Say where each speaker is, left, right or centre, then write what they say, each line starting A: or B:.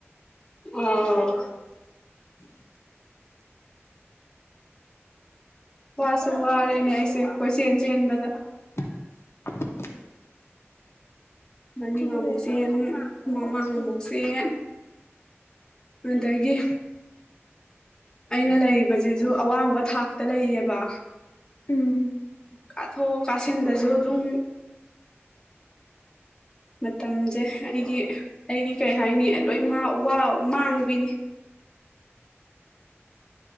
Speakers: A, on the left; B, on the left.
A: ꯑꯣ
B: <inaudible>
A: ꯋꯥꯁꯨ ꯋꯥꯔꯦꯅꯦ ꯑꯩꯁꯦ ꯀꯣꯏꯆꯦꯟ ꯆꯦꯟꯕꯗ
B: <inaudible>
A: ꯃꯅꯤꯡ
B: ꯆꯨꯝꯃꯦ
A: ꯑꯃꯨꯛ
B: ꯑꯗꯨꯕꯨꯗꯤ
A: ꯆꯦꯟꯅꯤ ꯃꯃꯥꯡ
B: ꯋꯥꯁꯤꯡ
A: ꯑꯃꯨꯛ ꯆꯦꯟ ꯑꯥꯗꯒꯤ ꯑꯩꯅ ꯂꯩꯔꯤꯕꯖꯤꯁꯨ ꯑꯋꯥꯡꯕ ꯊꯥꯛꯇ ꯂꯩꯌꯦꯕ
B: ꯎꯝ
A: ꯀꯥꯊꯣꯛ ꯀꯥꯥꯁꯤꯟꯗꯁꯨ ꯑꯗꯨꯝ ꯃꯇꯝꯁꯦ ꯑꯩꯒꯤ ꯑꯩꯒꯤ ꯀꯩ ꯍꯥꯏꯅꯤ ꯂꯣꯏ ꯃꯥ ꯋꯥꯎ ꯃꯥꯡꯕꯤꯅꯤ <inaudible>